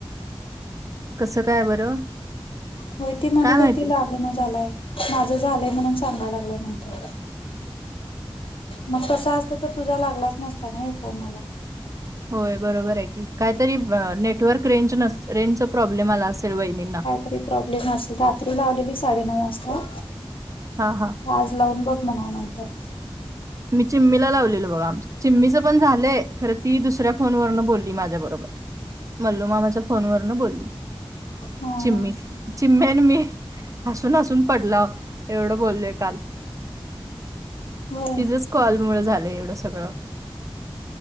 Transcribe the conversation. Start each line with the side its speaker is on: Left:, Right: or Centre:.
Right: कसं, काय बरं,
Left: होय, ती म्हणत
Right: काय माहिती
Left: होती, लागण झालाय माझं झालंय म्हणून, सांगाय लागलंय म्हणत्या. मग तस असत तर तुझा लागलाच नसता ना, हे फोन मला,
Right: होय बरोबर आहे की, कायतरी नेटवर्क रेंज नस रेंजचा, प्रॉब्लेम आला असेल वहिणींना,
Left: काय तरी, प्रॉब्लेम असल तर रात्री लावलेली साडे नऊ वाजता,
Right: हा, हा,
Left: आज लावून बघ, म्हणा नंतर,
Right: मी चिम्मीला लावलेलो बघा, आम चिम्मीचं पण झालंय, खरं ती दुसऱ्या फोन वरन, बोलली माझ्या बरोबर, मल्लो मामाच्या फोन वरन बोलली
Left: हा
Right: चिम्मी
Left: हा
Right: चिम्मेन मी हसून हसून पडला एवढं बोललोय काल
Left: होय
Right: तिझंच कॉल मुळ झालं एवढं सगळं